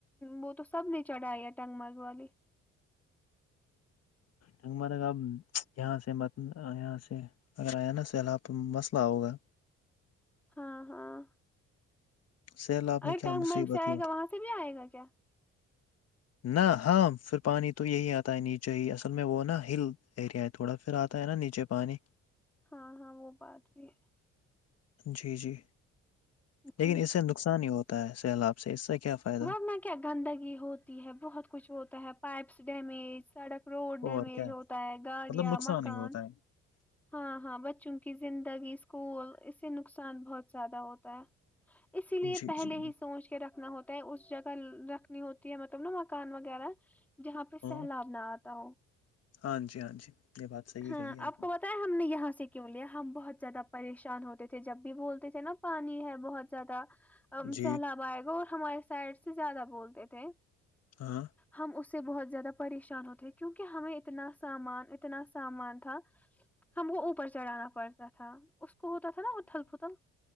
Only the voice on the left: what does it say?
نگ مارے گ ا یہاں سے م یہاں سے اگر آیا ن سلہ آپ مسئلہ ہوگا
سیلاب
میں کیا
مصیبت
ہی اٹھ
نہ ہاں پھر پانی تو یہی آتا نہیں چاہیے اصل میں وہ نا ہل ایریا تھوڑا پھر آتا ہے نا نیچے پانی
جی جی لیکن
اس سے نقصان ہی ہوتا ہے سیلاب سے اس سے کیا فائدہ
اور کیا
مطلب نقصان
ہی ہوتا ہے
جی
جی
ہاں
ہاں جی ہاں جی یہ بات صحیح
کہی
نے
جی
ہاں